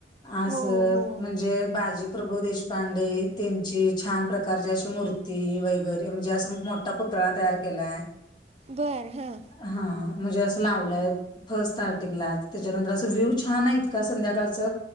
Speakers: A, on the left; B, on the right.
A: असं
B: हो हो
A: म्हणजे बाजी प्रभू देशपांडे त्यांची छान प्रकारची अशी मूर्ती वगैरे म्हणजे असं म त्या पुतळा तयार केलाय.
B: बर, हां.
A: हा म्हणजे असं लावलाय, फर्स्ट स्टार्टिंगलाच त्याच्यानंतर असं व्हिव छान आहे इतका संध्याकाळचं,